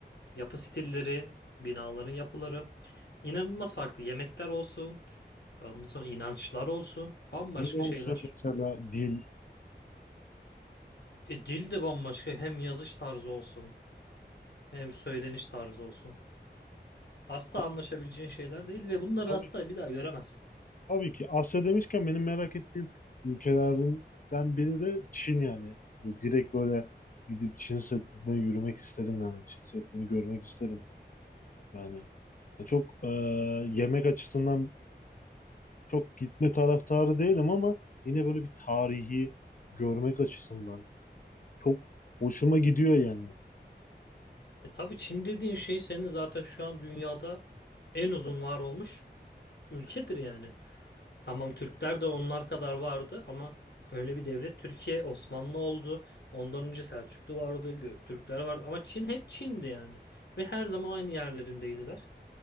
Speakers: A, on the left (about 70°); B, on the left (about 50°).
A: Yapı stilleri, binaların yapıları inanılmaz farklı. Yemekler olsun, ondan sonra inançlar olsun, bambaşka
B: Dil olsun
A: şeyler.
B: mesela dil.
A: E, dil de bambaşka. Hem yazış tarzı olsun, hem söyleniş tarzı olsun. Asla
B: Ha,
A: anlaşabileceğin şeyler değil ve bunları
B: Tabii
A: asla
B: ki.
A: bir daha göremezsin.
B: Tabii ki. Asya demişken benim merak ettiğim ülkelerden biri de Çin yani. Böyle Direkt böyle gidip Çin Seddi'ne yürümek isterim yani. Çin Seddi'ni görmek isterim. Yani ya çok e, yemek açısından çok gitme taraftarı değilim ama yine böyle bir tarihi görmek açısından çok hoşuma gidiyor yani.
A: E tabii Çin dediğin şey senin zaten şu an dünyada en uzun var olmuş ülkedir yani. Tamam Türkler de onlar kadar vardı ama öyle bir devlet Türkiye Osmanlı oldu. Ondan önce Selçuklu vardı, Göktürkler vardı ama Çin hep Çin'di yani. Ve her zaman aynı yerlerindeydiler.